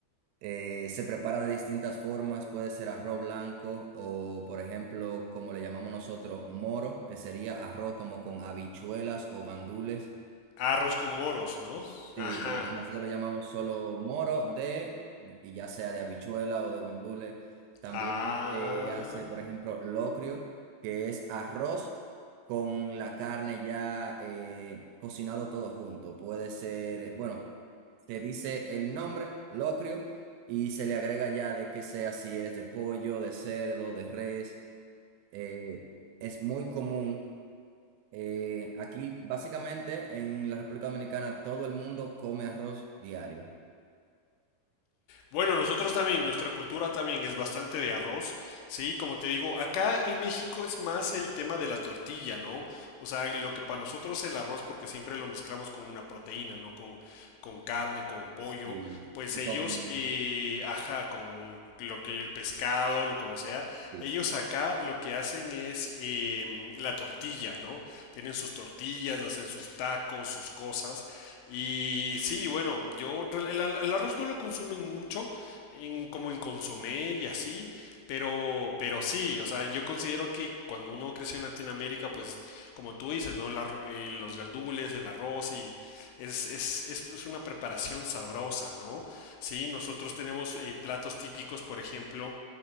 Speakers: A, on the right; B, on the left.
A: Eh, se prepara de distintas formas, puede ser arroz blanco o, por ejemplo, como le llamamos nosotros, moro, que sería arroz como con habichuelas o gandules.
B: Arroz con moros, ¿no?
A: Sí,
B: Ajá.
A: eh, nosotros le llamamos solo moro de, y y ya sea de habichuela o de guandule. También
B: Ah.
A: se hace, por ejemplo, locrio, que es arroz con la carne ya eh, cocinado todo junto. Puede ser, bueno, se dice el nombre, locrio, y se le agrega ya de que sea si es de pollo, de cerdo, de res. eh, es muy común. Eh, aquí, básicamente, en la República Dominicana, todo el mundo come arroz diario.
B: Bueno, nosotros también, nuestra cultura también es bastante de arroz, ¿sí? Como te digo, acá en México es más el tema de la tortilla, ¿no? O sea, lo que para nosotros el arroz, porque siempre lo mezclamos con una proteína, ¿no? Con, con carne, con pollo,
A: Sí,
B: pues
A: y
B: ellos,
A: con...
B: eh, ajá, con lo que el pescado, lo como sea,
A: Sí,
B: ellos
A: sí.
B: acá lo que hacen es em, la tortilla. tortilla, ¿no? Tienen sus tortillas, hacen sus tacos, sus cosas. Y sí, bueno, yo el, el arroz no lo consumen mucho, en, como en consomé y así, pero, pero sí, o sea, yo considero que cuando uno creció en Latinoamérica, pues como tú dices, ¿no? El arro- eh, los gandules, el arroz y es, es, es- es una preparación sabrosa, ¿no? Sí, nosotros tenemos eh, platos típicos, por ejemplo,